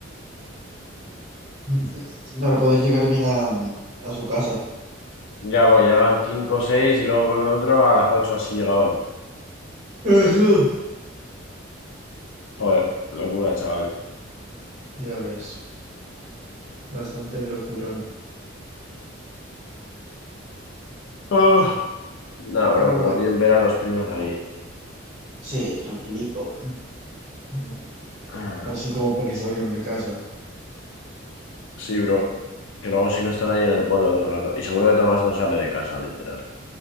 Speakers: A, on the right (about 35°); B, on the left (about 80°).
A: <laughs> para poder llegar bien a, a su casa.
B: Ya, pues llegaban 5 o 6 y luego con el otro a las 8 así llegaban.
A: Ujú.
B: Joder, locura, chaval.
A: Ya ves, bastante locurón.
B: Ah. Nah,
A: Pero
B: bro,
A: bueno,
B: pero bien ver a los primos ahí. <clears throat>
A: Sí, tranquilico. ujú,
B: Ah,
A: Así como para que salgan de casa.
B: Sí, bro. Que luego si no están ahí en el pueblo todo el rato. Y seguro que Tomás no sale de casa, literal.